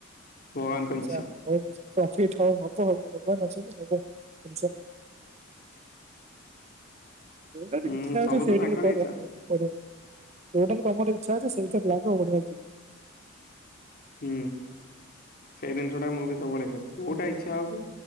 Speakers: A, on the left; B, on the right.
A: ଭଗବାନଙ୍କ ଇଚ୍ଛା।
B: ଆଚ୍ଛା ହଉ ପ୍ରଫିଟ ହଉ ହବ ଭଗବାନ ଅଛନ୍ତି ହବ ଟେନ୍ସନ ନିଅନି। ଯୋଉଟାରେ
A: ହୁଁ
B: ଇଚ୍ଛା ଅଛି
A: ସବୁ
B: ସେଇଟାରେ
A: ତ ତାଙ୍କର
B: କରୋ
A: ଇଚ୍ଛା
B: କର ଯୋଉଟାରେ ତମର ଇଚ୍ଛା ଅଛି ନିଜ ବ୍ଲାଗ ହୋଉ ବଢିଆ ହେଇଛି।
A: ହୁଁ ସେଇ ଜିନିଷ ଟା ମୁଁ ବି ସବୁବେଳେ କରେ ଯୋଉଟା ଇଚ୍ଛା ହଉଛି